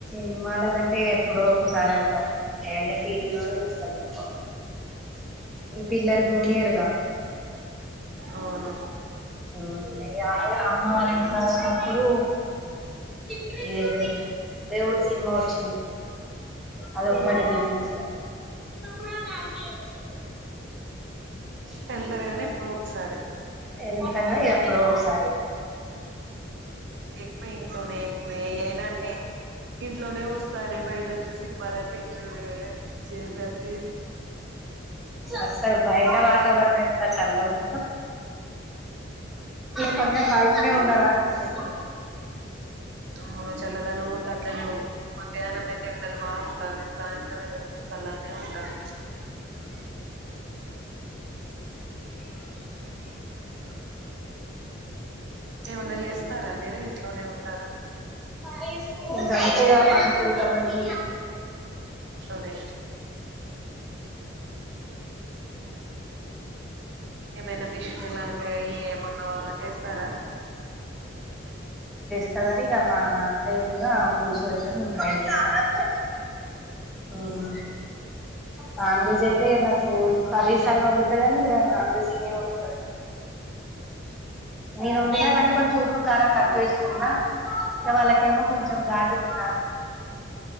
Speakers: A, in the centre; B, on the right.
A: సినిమాల కంటే ఎప్పుడో ఒకసారి వెళ్తాం, ఏ ఇంగ టీవీలో నే చూస్సాం ఎక్కువ ఈ పిల్లల్ జూన్నియర్.
B: అవును
A: మ్మ్ అయ అమ్మ వాళ్ళ ఇంటికాడున్నప్పుడు ఏ దేవు దేవుడు సిమా వచ్చ అదొక్కటిగాళద
B: ఉమ్
A: గూడా దానికే ఏడుస్తది స
B: వెళ్తారు గాని ఎప్పుడో ఒకసారి
A: ఇదింతం గాని ఎప్పుడో ఒకసారి
B: ఎక్కువ ఇంట్లోనే ఎక్కువ ఏ అయినాన్న ఇంట్లోనే వస్తానే బయట వచ్చేసి వలర్ందింటంది బజ
A: అస్సలు బయట వాతావరణం చల్లగుం కన్నా బయటనే ఉండాలనిపిస్తుంది
B: అవును చల్లదనం ఉంటే అట్లనే మధ్యాహ్నం అయితే ఎండలు బాగుండును సాయంత్రం సమేమ సల్లగనే ఉంటాంది ఏమన్నా జేస్తారా మీర ట్లోనే ఉంటారా
A: యి గంతే ఇగ పనికెళ్తామండి
B: ఇంట్లోనే ఏమైనా మిషన్ లాంటేవి ఏమందో చేస్తారా
A: స సరగామ్మా అత్త అయి ఉందిగా పూడిచి పెడతారును మళ్ళీ స్టార్ట్ హమ్ నాన్ వెజ్ చెయితే క ఓ కర్రీస్ అన్ని వండుతా కానీ ఇగ నాన్ వెజ్నే వండుతడు నేను ఉండగా కానీ కొంచెం ఉప్పు కారం తక్కువేసుకుంట ఇక వాళ్ళకేమో కొంచెం ఘాట్ ఉండాలి